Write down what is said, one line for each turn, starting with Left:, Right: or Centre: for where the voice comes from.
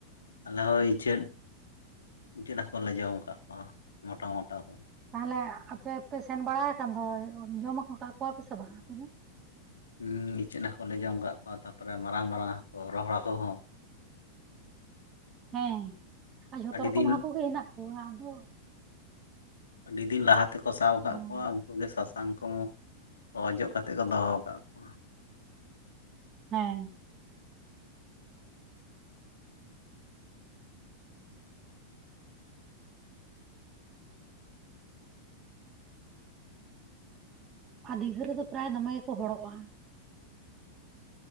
Left: ᱟᱞᱮ ᱦᱚᱸ ᱤᱪᱟᱹᱜ, ᱤᱪᱟᱹᱫ ᱦᱟᱸᱠᱳ ᱞᱮ ᱡᱚᱢ ᱠᱟᱜ ᱠᱚᱣᱟ ᱢᱚᱴᱟ ᱢᱚᱴᱟ ᱠᱚ ᱾
Right: ᱛᱟᱦᱞᱮ ᱟᱯᱮ ᱯᱮ ᱥᱮᱱ ᱵᱟᱲᱟ ᱠᱟᱱ ᱫᱚ ᱡᱚᱢ ᱟᱹᱜᱩᱠᱟᱜ ᱠᱚᱣᱟᱯᱮ ᱥᱮ ᱵᱟᱝ ᱟᱯᱮ ᱫᱚ?
Left: ᱩᱸ ᱤᱪᱟᱹᱜ ᱦᱟᱹᱠᱩ ᱞᱮ ᱡᱚᱢ ᱠᱟᱜ ᱠᱚᱣᱟ ᱛᱟᱯᱚᱨᱮ ᱢᱟᱨᱟᱝ ᱢᱟᱨᱟᱝ ᱦᱟᱹᱠᱩ ᱨᱚᱦᱚᱲ ᱦᱟᱹᱠᱩ ᱦᱚᱸ ᱾
Right: ᱦᱮᱸ ᱟᱸ ᱡᱷᱚᱛᱚ
Left: ᱟᱹᱰᱤ
Right: ᱨᱚᱠᱚᱢ
Left: ᱫᱤᱱ
Right: ᱦᱟᱹᱠᱩ ᱜᱮ ᱦᱮᱱᱟᱜ ᱠᱚᱣᱟ ᱟᱫᱚ
Left: ᱟᱹᱰᱤ ᱫᱤᱱ ᱞᱟᱦᱟ ᱛᱮᱠᱚ ᱥᱟᱵ ᱟᱠᱟᱫ
Right: ᱚᱸ,
Left: ᱠᱚᱣᱟ ᱩᱱᱠᱩ ᱜᱮ ᱥᱟ ᱛᱟᱝ ᱠᱚ ᱚᱡᱚᱜ ᱠᱟᱛᱮ ᱠᱚ ᱫᱚᱦᱚ ᱟᱠᱟᱫ ᱠᱚᱣᱟ᱾
Right: ᱦᱮᱸ᱾ ᱟ ᱫᱤᱜᱟᱹ ᱨᱮᱫᱚ ᱯᱨᱟᱭ ᱫᱚᱢᱮ ᱜᱮᱠᱚ ᱦᱚᱲᱚᱜᱼᱟ᱾